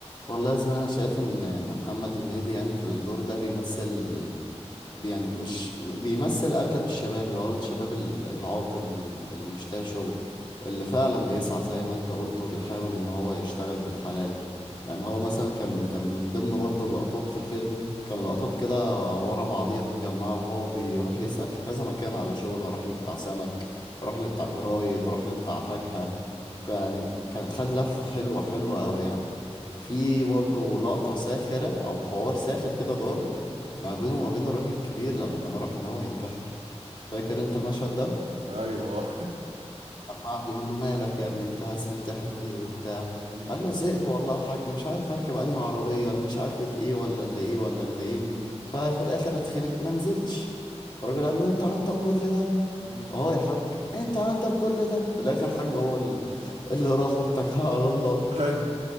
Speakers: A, on the left; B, on the right.
A: والله يا زميلي انا شايف ان ان محمد هنيدي يعني في الدور ده بيمثل يعني مش بيمثل اغلب الشباب اللي هو الشباب ال- العاطل اللي مش لاقي شغل اللي فعلا بيسعى زي ما انت قلت وبيحاول ان هو يشتغل بالحلال يعني هو مثلا كان كان من ضمن برضه اللقطات في الفيلم كان لقطات كده ورا بعضيها مجمعة وهو بيروح يسأل في كذا مكان على شغل راح لبتاع سمك راح لبتاع جرايد راح لبتاع فاكهة
B: مم.
A: يعني كان خد لفة حلوة حلوة أوي يعني وفي برضه لقطة ساخرة أو حوار ساخر كده دار ما بينه وما بين الراجل الكبير لما كان راح ان هو ينتحر
B: مم.
A: فاكر انت المشهد ده
B: ايوه
A: لما قعد يقول له مالك يا ابني انت عايز تنتحر ليه وبتاع
B: <laughs> مم.
A: قال له زهقت والله يا حاج مش عارف اركب انهي عربيه اللي مش عارفه ايه ولا اللي ايه ولا اللي ايه
B: مم.
A: ففي الاخر اتخنق ما نزلش فالراجل قال له انت عندك كل ده
B: مم.
A: اه يا حاج انت عندك كل ده في الاخر حاج هو ال- اللي راح واتكل على الله
B: أي.